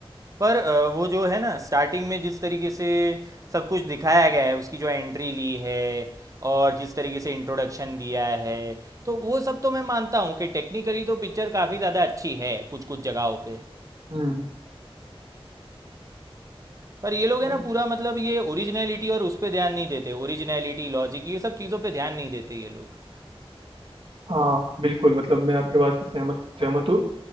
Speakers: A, on the right; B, on the right.
A: पर अ, वो जो है ना स्टार्टिंग में जिस तरीके से सब कुछ दिखाया गया है उसकी जो एंट्री ली है और जिस तरीके से इंट्रोडक्शन दिया है तो वो सब तो मैं मानता हूँ कि टेक्निकली तो पिक्चर काफ़ी ज़्यादा अच्छी है कुछ कुछ जगहों पे
B: हम्म
A: पर ये लोग है
B: मैं-
A: ना पूरा मतलब ये ओरिजिनलिटी और उस पे ध्यान नहीं देते ओरिजिनलिटी लॉजिक ये सब चीज़ों पे ध्यान नहीं देते ये लोग
B: हाँ बिल्कुल मतलब मैं आपके बात से सहमत सहमत हूँ